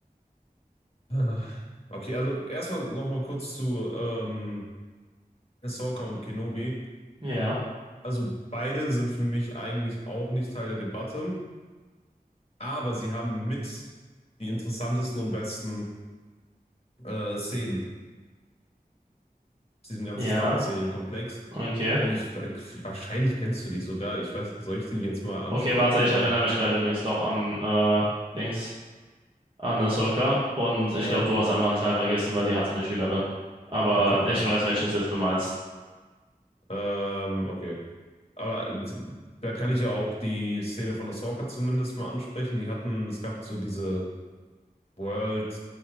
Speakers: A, on the left; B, on the right.
A: Ah. Okay, also erstmal nochmal kurz zu ähm, Ahsoka und Kenobi.
B: Ja.
A: Also beide sind für mich eigentlich auch nicht Teil der Debatte. aber sie haben mit die interessantesten und besten äh, Szenen aus diesem ganzen
B: Ja,
A: Star Wars-Serienkomplex.
B: okay.
A: Also ich, wahrscheinlich kennst du die sogar. Ich weiß, soll ich die jetzt mal ansprechen
B: Okay, warte,
A: oder?
B: ich erinnere mich gerade übrigens doch an äh, Dings, an Ahsoka. Und ich
A: Ja,
B: glaube, du hast einfach einen Teil vergessen, weil die hatte eine Schülerin. Aber
A: okay, krass.
B: ich weiß, welchen Sith du meinst.
A: Ähm, okay. Aber d- da kann ich ja auch die Szene von Ahsoka zumindest mal ansprechen. Die hatten, es gab so diese World